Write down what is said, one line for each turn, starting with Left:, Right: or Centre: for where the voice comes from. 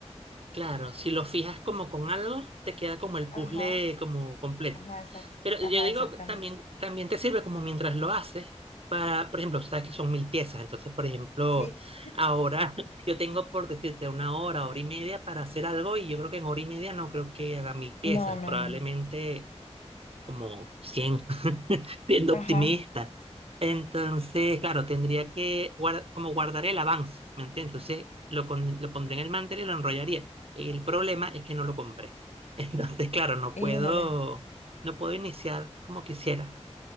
Right: claro, si lo fijas como con algo, te queda como el
Left: ajá,
Right: puzzle como completo.
Left: ajá, exacto,
Right: Pero yo
Left: ajá,
Right: digo,
Left: exactamente.
Right: también, también te sirve como mientras lo haces. Para, por ejemplo, sabes que son mil piezas, entonces, por ejemplo,
Left: Sí.
Right: ahora <laughs> yo tengo por decirte una hora, hora y media para hacer algo y yo creo que en hora y media no creo que haga mil piezas,
Left: No, no,
Right: probablemente
Left: no.
Right: como cien <laughs> siendo
Left: Ajá,
Right: optimista. Entonces, claro, tendría que guar- como guardar el avance, ¿me entiendes? Entonces, lo, con- lo pondré en el mantel y lo enrollaría. El problema es que no lo compré. <laughs> Entonces, claro, no
Left: híjole,
Right: puedo, no puedo iniciar como quisiera.